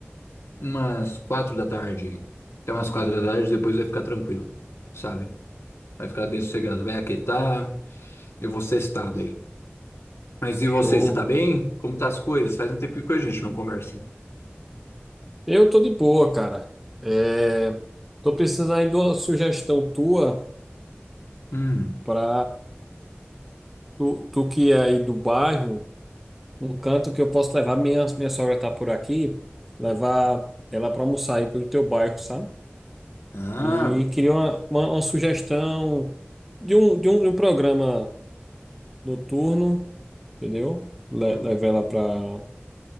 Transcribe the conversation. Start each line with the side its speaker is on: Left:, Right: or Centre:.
Left: umas quatro da tarde. Até umas quatro da tarde, depois vai ficar tranquilo, sabe? Vai ficar bem sossegado, vai aquietar, eu vou sextar daí. Mas e
Centre: Show.
Left: você, você tá bem? Como tá as coisas? Faz um tempinho que a gente não conversa.
Centre: Eu tô de boa, cara. É, tô precisando aí de uma sugestão tua
Left: Hum.
Centre: pra tu, tu que é aí do bairro, um canto que eu posso levar, minha, minha sogra tá por aqui, levar ela pra almoçar aí pelo teu bairro, sabe?
Left: Ah,
Centre: E queria uma, uma, uma sugestão de um, de um, de um programa noturno, entendeu? Le,
Left: Pro-
Centre: leva ela pra.